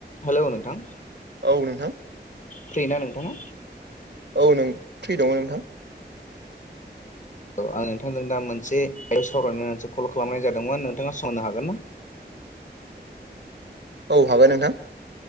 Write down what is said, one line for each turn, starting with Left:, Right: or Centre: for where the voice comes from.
Left: हेल' नोंथां।
Right: औ नोंथां।
Left: फ्रि ना नोंथाङा?
Right: औ नों फ्रि दङ' नोंथां।
Left: औ आं नोंथांजों दा मोनसे <unintelligible> सावरायनो होननासो कल खालामनाय जादोंमोन। नोंथाङा सम होनो हागोन ना?
Right: औ हागोन नोंथां।